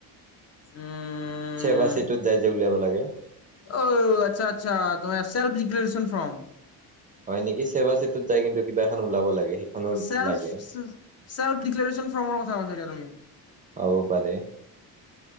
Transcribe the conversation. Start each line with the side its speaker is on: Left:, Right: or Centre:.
Left: উম
Right: চবা চিটত যাই যে উলিয়াব লাগে।
Left: অ'ও আচ্ছা আচ্ছা, তোমাৰ চেল্ফ ডিক্লোৰচন ফ্ৰম।
Right: হয় নেকি? চেৱা চিটত যাই কিন্তু কিবা এখন ওলাব লাগে। সেইখনো
Left: চেল্ফ
Right: লাগে
Left: চেল্ফ দিক্লাৰেচন ফৰ্মৰ কথা ক দিয়া তুমি
Right: হ'ব পাৰে।